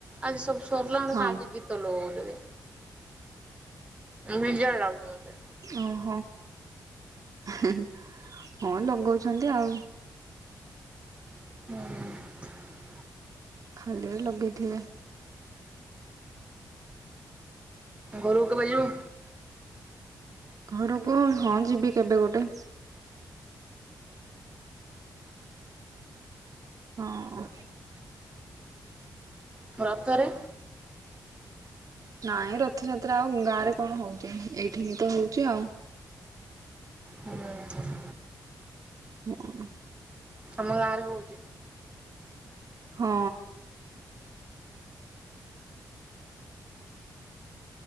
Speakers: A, on the right; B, on the right.
A: ଆଜି ସବୁ ସରିଲାଣି,
B: ହଁ
A: ସେ ଆଜି ଗୀତ ଲଗଉ ବିଜାର ଲାଗୁଚି ମତେ।
B: ଓହୋ, ହଁ ଲଗଉଛନ୍ତି ଆଉ।
A: ହୁଁ।
B: ଖାଲିରେ ଲଗେଇଥିବେ।
A: ଘରୁକୁ କେବେ ଯିବୁ?
B: ଘରୁକୁ, ହଁ ଯିବି କେବେ ଗୋଟେ। ହଁ।
A: ରଥରେ?
B: ନାଇଁ ରଥଯାତ୍ରା ଆଉ ଗାଁରେ କଣ ହଉଛି ।ଏଇଠି ହିଁ ତ ହଉଛି ଆଉ।
A: ହୁଁ
B: ହଁ।
A: ଆମ ଗାଁରେ ହଉଚି।
B: ହଁ।